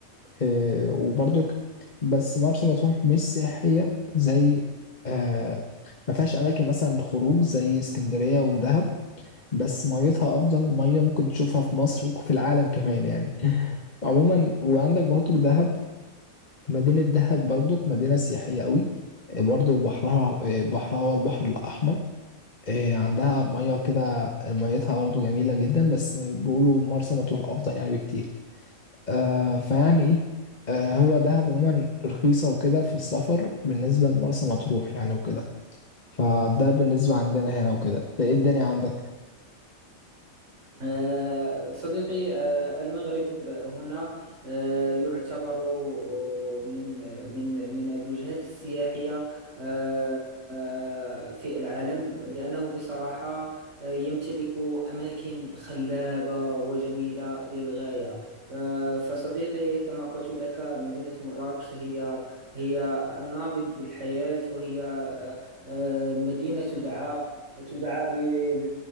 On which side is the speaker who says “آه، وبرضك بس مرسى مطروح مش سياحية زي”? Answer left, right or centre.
Left